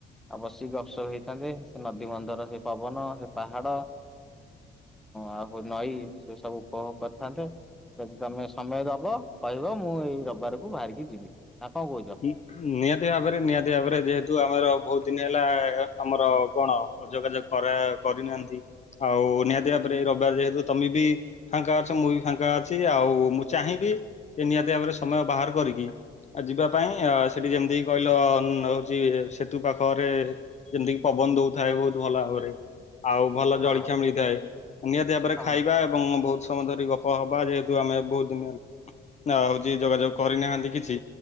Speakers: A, in the centre; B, on the left.
A: ଆଉ ବସିକି ଗପସପ ହେଇଥାନ୍ତେ ସେ ନଦୀ ବନ୍ଧର ସେ ପବନ ସେ ପାହାଡ ଆଉ ନଈ ସେ ସବୁ ଉପୋଭଗ କରିଥାନ୍ତେ। ଯଦି ତମେ ସମୟ ଦବ କହିବ ମୁଁ ଏଇ ରବିବାରକୁ ବାହାରିକି ଯିବି ନା କଁ କହୁଛ?
B: ନିହାତି ଭାବରେ ନିହାତି ଭାବରେ ଯେହେତୁ ଆମର ବହୁତ ଦିନ ହେଲା ଆମର କଣ ଯୋଗାଯୋଗ କରା କରିନାହାନ୍ତି ଆଉ ନିହାତି ଭାବରେ ରବିବାର ଯେହେତୁ ତମେ ବି ଫାଙ୍କା ଅଛ ମୁଁ ବି ଫାଙ୍କା ଅଛି ଆଉ ମୁଁ ଚାହିଁବି ଏ ନିହାତି ଭାବରେ ସମୟ ବାହାର କରିକି ବା ପାଇଁ ସେଠି ଯେମିତି କହିଲ ହଉଛି ସେତୁ ପାଖରେ ଯେମିତିକି ପବନ ଦଉଥାଏ ବହୁତ ଭଲ ଭାବରେ। ଆଉ ଭଲ
A: ହଁ
B: ଜଳଖିଆ ମିଳିଥାଏ ନିହାତି ଭାବରେ
A: ହଁ
B: ଖାଇବା ଏବଂ ବହୁତ ସମୟ ଧରି ଗପ ହବା ଯେହେତୁ ଆମେ ବହୁତ ଦିନ ହେଲା। ହଉଛି ଯୋଗାଯୋଗ କରିନାହାନ୍ତି କିଛି